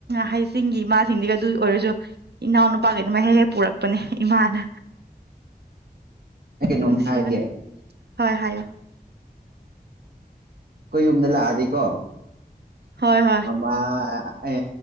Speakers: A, on the right; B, on the right.
A: ꯍꯩ ꯆꯤꯡꯒꯤ ꯏꯃꯥꯁꯤꯡꯁꯤꯒ ꯑꯗꯨ ꯑꯣꯏꯔꯁꯨ ꯏꯅꯥꯎ ꯅꯨꯄꯥꯈꯩ ꯑꯗꯨꯃꯥꯏ ꯍꯦꯛ ꯍꯦꯛ ꯄꯨꯔꯛꯄꯅꯦ ꯏꯃꯥꯅ
B: ꯑꯩ ꯀꯩꯅꯣꯝ
A: ꯅꯨꯡꯁꯤꯕꯅꯦ
B: ꯍꯥꯏꯒꯦ
A: ꯍꯣꯏ ꯍꯥꯏꯌꯣ
B: ꯀꯣꯏ ꯌꯨꯝꯗ ꯂꯥꯛꯑꯗꯤꯀꯣ
A: ꯍꯣꯏ ꯍꯣꯏ
B: ꯃꯃꯥ ꯑꯦ